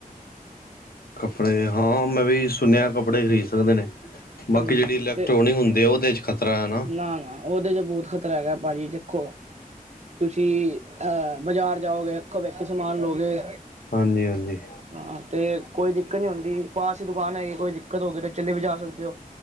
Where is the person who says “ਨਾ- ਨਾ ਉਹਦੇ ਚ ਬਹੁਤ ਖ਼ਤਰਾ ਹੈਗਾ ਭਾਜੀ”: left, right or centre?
Right